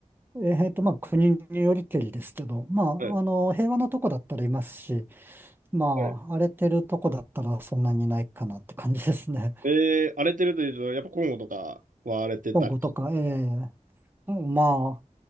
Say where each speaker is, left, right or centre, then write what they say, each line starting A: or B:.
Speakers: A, on the right; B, on the right.
A: んえっと、まあ、国によりけりですけど、まあ、
B: い、は
A: あの、平和なとこだったらいますし、まあ、
B: い。
A: 荒れてるとこだったらそんなにいないかなって感じですね。
B: えー、荒れてるというと、やっぱコンゴとかは荒れてたり。
A: <laughs> 今後とか、ええうんまあ、